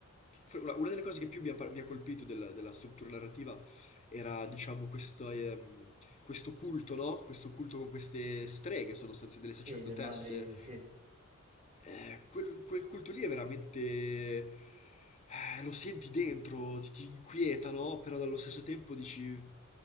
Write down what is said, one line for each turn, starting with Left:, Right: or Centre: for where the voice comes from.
Left: una una delle cose che più mi ha, par- mi ha colpito della, della struttura narrativa era, diciamo, questo, ehm, questo culto, no? Questo culto con queste streghe, sono state delle
Right: Sì,
Left: sacerdotesse.
Right: le madri, sì.
Left: Eh, quel, quel culto lì è veramente... eh, lo senti dentro, ti, ti inquieta, no? Però allo stesso tempo dici...